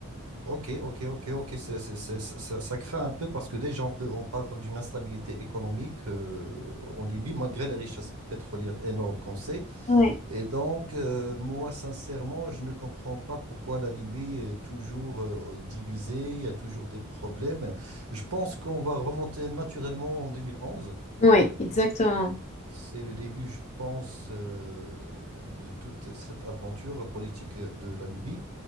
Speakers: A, on the right; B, on the left.
A: Ok, ok, ok, ok. C'est- c'est- c'est- ça, ça ça craint un peu parce que déjà, on peut, on parle d'une instabilité économique euh, en Libye, malgré les richesses pétrolières énormes qu'on sait.
B: oui,
A: Et donc, euh, moi, sincèrement, je ne comprends pas pourquoi la Libye est toujours euh, divisée, il y a toujours des problèmes. Je pense qu'on va remonter naturellement en 2011.
B: oui, exactement.
A: C'est le début, je pense, euh, de toute cette aventure politique de la Libye.